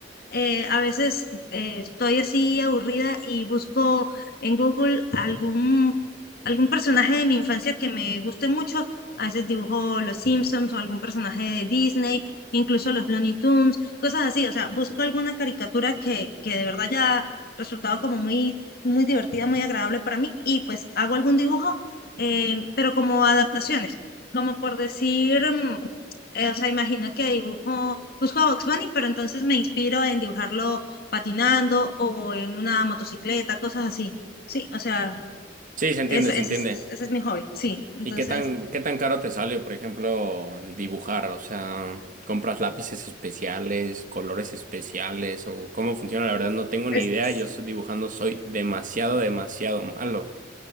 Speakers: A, on the left; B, on the right.
A: eh, a veces eh, estoy así aburrida y busco en Google algún, algún personaje de mi infancia que me guste mucho. A veces dibujo los Simpsons o algún personaje de Disney, incluso los Looney Tunes, cosas así. O sea, busco alguna caricatura que, que de verdad haya resultado como muy, muy divertida, muy agradable para mí y pues hago algún dibujo, eh, pero como adaptaciones, como por decir... mm, eh, o sea, imagina que dibujo Busco a Bugs Bunny, pero entonces me inspiro en dibujarlo patinando o en una motocicleta, cosas así. Sí, o sea,
B: Sí, se entiende,
A: ese,
B: se entiende.
A: ese es, ese es mi hobby, sí. Entonces,
B: ¿Y qué tan, qué tan caro te sale, por ejemplo, dibujar? O sea, ¿compras lápices especiales, colores especiales o cómo funciona? La verdad no tengo
A: es.
B: ni idea, yo estoy dibujando, soy demasiado, demasiado malo.